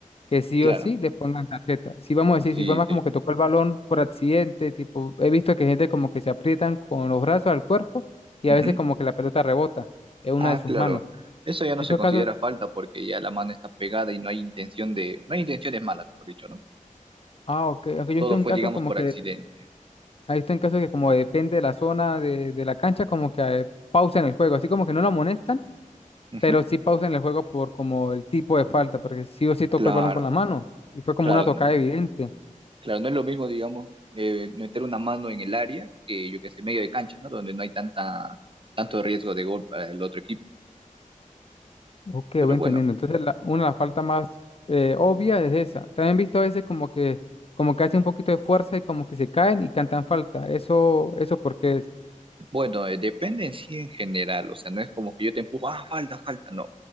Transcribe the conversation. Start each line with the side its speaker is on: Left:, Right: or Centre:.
Left: que sí
Right: Claro.
Left: o sí le pongan tarjeta. Si vamos a
Right: Sí,
Left: decir, si fue más
Right: sí.
Left: como que tocó el balón por accidente, tipo, he visto que gente como que se aprietan con los brazos al cuerpo y
Right: Ujú.
Left: a veces como que la pelota rebota en una
Right: Ah,
Left: de sus
Right: claro.
Left: manos.
Right: Eso ya no
Left: Esos
Right: se considera
Left: casos,
Right: falta porque ya la mano está pegada y no hay intención de, no hay intenciones malas, por dicho, ¿no?
Left: ah, ok, aunque yo
Right: Todo
Left: he visto en
Right: fue,
Left: casos
Right: digamos,
Left: como
Right: por
Left: que,
Right: accidente.
Left: he visto en casos que como depende de la zona de, de la cancha, como que eh, pausan el juego, así como que no lo amonestan,
Right: Ujú.
Left: pero sí pausan el juego por como el tipo de falta, porque sí o sí tocó
Right: Claro,
Left: el balón con la mano y fue como
Right: claro,
Left: una
Right: n-
Left: tocada evidente.
Right: claro. No es lo mismo, digamos, eh, meter una mano en el área que, yo que sé, medio de cancha, ¿no? Donde no hay tanta, tanto riesgo de gol para el otro equipo.
Left: Ok,
Right: Pero
Left: voy
Right: bueno,
Left: entendiendo. Entonces, la, una de las faltas más eh, obvias es esa. También he visto a veces como que, como que hacen un poquito de fuerza y como que se caen y cantan falta. Eso, eso porque es.
Right: Bueno, eh, depende en sí en general, o sea, no es como que yo te empujo, ah, falta, falta, no,